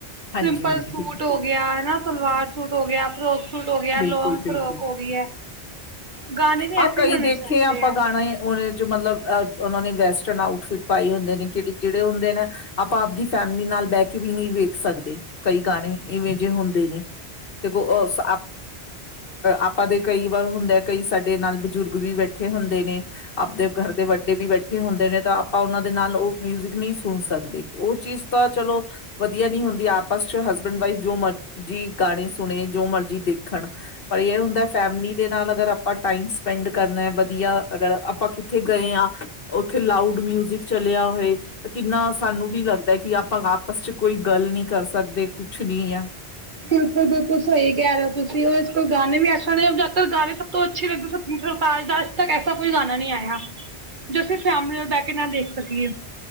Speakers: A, on the left (about 60°); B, on the right (about 50°).
A: ਹਾਂਜੀ
B: ਸਿੰਪਲ
A: ਹਾਂਜੀ
B: ਸੂਟ
A: ਬਿਲਕੁਲ
B: ਹੋ ਗਿਆ ਹੈਨਾ ਸਲਵਾਰ ਸੂਟ ਹੋ ਗਿਆ, ਫਰੋਕ ਸੂਟ ਹੋ ਗਿਆ,
A: ਬਿਲਕੁਲ
B: ਲੋਂਗ ਫਰੋਕ
A: ਬਿਲਕੁਲ
B: ਹੋ ਗਈ ਹੈ। ਗਾਣੇ ਨੇ
A: ਹਾਂ
B: ਐਸੇ
A: ਕਈ
B: ਹੀ ਹੋਣੇ
A: ਦੇਖੇ
B: ਚਾਹੀਦੇ
A: ਆ ਆਪਾਂ
B: ਹੈ
A: ਗਾਣੇ, ਔਦੇ ਚ ਮਤਲਬ ਔਨਾਂਨੇ ਵੈਸਟਰਨ ਆਊਟਫਿਟ ਪਾਈ ਹੁੰਦੇ ਨੇ ਕਿਹੜੇ ਚਿੜੇ ਹੁੰਦੇ ਨੇ, ਆਪਾਂ ਆਪਦੀ ਫੈਮਿਲੀ ਨਾਲ ਬਹਿ ਕੇ ਵੀ ਨਹੀਂ ਵੀ ਸਕਦੇ, ਕਈ ਗਾਣੇ ਇਵੇਂ ਜਿਹੇ ਹੁੰਦੇ ਨੇ, ਦੇਖੋ ਅ ਆਪਾਂ ਦੇ ਕਈ ਵਾਰ ਹੁੰਦੇ ਕਈ ਸਾਡੇ ਨਾਲ ਬਜ਼ੁਰਗ ਵੀ ਬੈਠੇ ਹੁੰਦੇ ਨੇ, ਆਪਦੇ ਘਰ ਦੇ ਵੱਡੇ ਵੀ ਬੈਠੇ ਹੁੰਦੇ ਨੇ, ਤਾਂ ਆਪਾਂ ਉਹਨਾਂ ਦੇ ਨਾਲ ਉਹ ਮਊਜ਼ਿਕ ਨਹੀਂ ਸੁਣ ਸਕਦੀ । ਔ ਚੀਜ਼ ਤਾਂ ਚਲੋ ਵਧੀ ਵਧੀਆ ਨੀ ਹੁੰਦੀਆਂ ਆਪਸ ਚ ਹਸਬੈਂਡ ਵਾਈਫ ਜੋ ਮਰਜੀ ਗਾਣੇ ਸੁਣੇ, ਜੋ ਮਰਜੀ ਦੇਖਣ ਪਰ ਇਹ ਹੁੰਦਾ ਫੈਮਿਲੀ ਦੇ ਨਾਲ ਅਗਰ ਅਪ ਟਾਈਮ ਸਪੈਂਡ ਕਰਨਾ ਵਧੀਆ, ਅਗਰ ਆਪਾਂ ਕਿੱਥੇ ਗਏ ਆ, ਓਥੇ ਲਾਊਡ ਮਿਊਜਿਕ ਚਲਿਆ ਹੋਏ ਕਿੰਨਾ ਸਾਨੂੰ ਵੀ ਲੱਗਦਾ ਕਿ ਆਪ ਆਪਾਂ ਆਪਸ ਚ ਕੋਈ ਗੱਲ ਨਹੀਂ ਕਰ ਸਕਦੇ, ਕੁਛ ਨੀ ਆ।
B: ਬਿਲਕੁਲ ਬਿਲਕੁਲ ਸਹੀ ਕਹਿ ਰਹੇ ਹੋ ਤੁਸੀਂ, ਅੱਜ ਕਲ ਗਾਣੇ ਵੀ, ਐਸੇ ਗਾਣੇ ਸਭ ਤੋਂ ਅੱਛੇ ਲੱਗਦੇ ਸਤਿੰਦਰ ਸਰਤਾਜ ਦਾ, ਅੱਜ ਤੱਕ ਐਸਾ ਕੋਈ ਗਾਣਾ ਨੀ ਆਇਆ, ਜੋ ਅਸੀਂ ਫ਼ੈਮਲੀ ਨਾਲ ਬਹਿ ਕੇ ਦੇਖ ਨਾ ਸਕੀਏ।